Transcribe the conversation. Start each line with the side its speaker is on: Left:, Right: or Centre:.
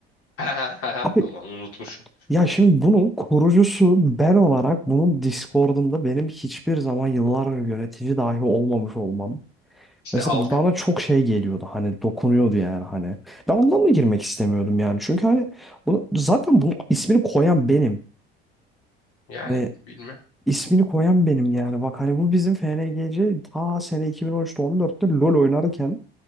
Left: <laughs>
Centre: Abi
Left: Ulan unutmuşum.
Centre: ya şimdi bunun kurucusu ben olarak bunun Discord'unda benim hiçbir zaman yıllar yönetici dahi olmamış olmam.
Left: İşte
Centre: Mesela
Left: alkım.
Centre: bana çok şey geliyordu hani dokunuyordu yani hani. Ben ondan da girmek istemiyordum yani. Çünkü hani bunu, zaten bunun ismini koyan benim.
Left: Yani
Centre: Hani
Left: bilmem.
Centre: ismini koyan benim yani. Bak hani bu bizim FNGC ta sene 2013'te 14'te LoL oynarken